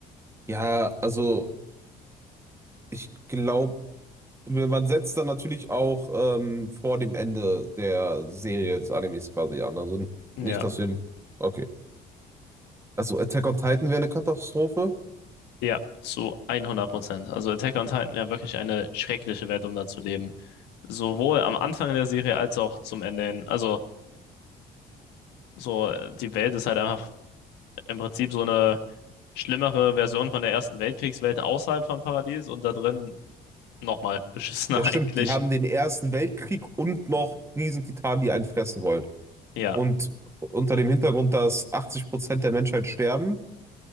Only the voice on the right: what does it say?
ja, also ich glaube, man setzt dann natürlich auch ähm, vor dem Ende der Serie des Animes quasi an. Also
nicht, dass wir. Okay. Also Attack on Titan wäre eine Katastrophe.
Ja, stimmt.
Die haben den Ersten Weltkrieg und noch Riesentitanen, die einen fressen wollen.
Und unter dem Hintergrund, dass 80 Prozent der Menschheit sterben,